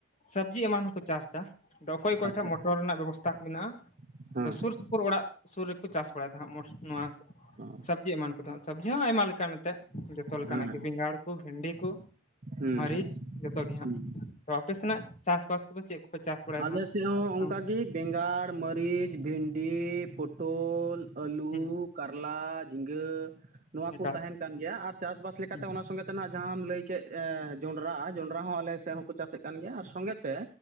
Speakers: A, on the left; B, on the right.
A: ᱥᱚᱵᱽᱡᱤ ᱮᱢᱟᱱ ᱦᱚᱸᱠᱚ ᱪᱟᱥ ᱮᱫᱟ᱾ ᱟᱫᱚ ᱚᱠᱚᱭ ᱚᱠᱚᱭᱴᱷᱮᱱ
B: ᱟᱪᱪᱷᱟ
A: ᱢᱚᱴᱚᱨ ᱨᱮᱱᱟᱜ ᱵᱮᱵᱚᱥᱛᱷᱟ ᱠᱚ ᱢᱮᱱᱟᱜᱼᱟ᱾
B: ᱦᱮᱸ
A: ᱟᱫᱚ ᱥᱩᱨ ᱚᱲᱟᱜ ᱥᱩᱨ ᱨᱮᱠᱚ ᱪᱟᱥ ᱵᱟᱲᱟᱭᱮᱫᱟ ᱦᱟᱸᱜ ᱱᱚᱣᱟ᱾
B: ᱦᱮᱸ
A: ᱥᱚᱵᱽᱡᱤ ᱮᱢᱟᱱ ᱠᱚᱫᱚ ᱥᱚᱵᱽᱡᱤ ᱦᱚᱸ ᱟᱭᱢᱟ ᱞᱮᱠᱟᱱ ᱡᱚᱛᱚ ᱞᱮᱠᱟᱱᱟᱜ
B: ᱦᱮᱸ
A: ᱜᱮ ᱵᱮᱸᱜᱟᱲ ᱠᱚ ᱵᱷᱮᱱᱰᱤ ᱠᱚ
B: ᱦᱮᱸ
A: ᱢᱟᱹᱨᱤᱪ
B: ᱦᱮᱸ
A: ᱡᱚᱛᱚ ᱜᱮ ᱦᱟᱸᱜ᱾
B: ᱦᱮᱸ
A: ᱛᱚ ᱟᱯᱮ ᱥᱮᱱᱟᱜ ᱪᱟᱥᱵᱟᱥ ᱠᱚᱫᱚ ᱪᱮᱫ ᱠᱚᱯᱮ ᱪᱟᱥ ᱵᱟᱲᱟᱭᱟ
B: ᱟᱞᱮ ᱥᱮᱫ ᱦᱚᱸ ᱚᱱᱠᱟ
A: ᱦᱟᱸᱜ?
B: ᱜᱮ ᱵᱮᱸᱜᱟᱲ, ᱢᱟᱹᱨᱤᱪ, ᱵᱷᱤᱱᱰᱤ, ᱯᱳ ᱴᱚᱞ, ᱟᱹᱞᱩ,
A: ᱦᱩᱸ
B: ᱠᱟᱨᱞᱟ, ᱡᱷᱤᱸᱜᱟᱹ ᱱᱚᱣᱟ ᱠᱚ
A: ᱮᱠᱟᱞ
B: ᱛᱟᱦᱮᱱ ᱠᱟᱱ ᱜᱮᱭᱟ ᱟᱨ ᱪᱟᱥᱵᱟᱥ ᱞᱮᱠᱟᱛᱮ
A: ᱦᱩᱸ
B: ᱚᱱᱟ ᱥᱚᱜ ᱛᱮ ᱱᱟᱜ ᱡᱟᱦᱟᱸᱢ ᱞᱟᱹᱭ ᱠᱮᱫ ᱮᱸ ᱡᱚᱸᱰᱨᱟ ᱡᱚᱸᱰᱨᱟ ᱦᱚᱸ ᱟᱞᱮ ᱥᱮᱫ ᱦᱚᱸᱠᱚ ᱪᱟᱥᱮᱫ ᱠᱟᱱ ᱜᱮᱭᱟ ᱟᱨ ᱥᱚᱸᱜᱮ ᱛᱮ